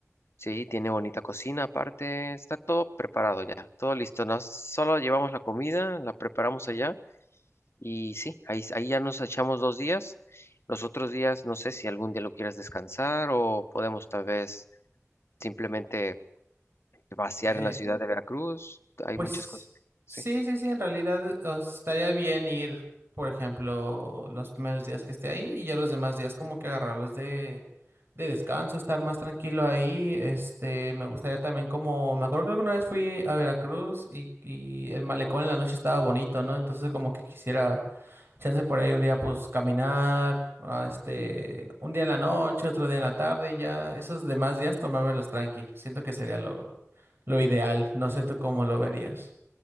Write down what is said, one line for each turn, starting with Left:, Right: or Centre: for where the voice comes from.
Left: Sí, tiene bonita cocina, aparte está todo preparado ya, todo listo. Nos, solo llevamos la comida, la preparamos allá y sí, ahí, ahí ya nos echamos dos días. Los otros días, no sé si algún día lo quieras descansar o podemos tal vez simplemente vaciar
Right: Eh,
Left: en la ciudad de Veracruz. Hay
Right: Pues
Left: muchas cosas. sí.
Right: sí, sí, sí, en realidad o estaría bien ir, por ejemplo, los primeros días que esté ahí y ya los demás días como que agarrarlos de, de descanso, estar más tranquilo ahí. Este, me gustaría también como, me acuerdo que alguna vez fui a Veracruz y, y el malecón en la noche estaba bonito, ¿no? Entonces como que quisiera chance por ahí un día pues caminar, ah, este, un día en la noche, otro día en la tarde y ya esos demás días tomármelos tranqui. Siento que sería lo, lo ideal. No sé tú cómo lo verías.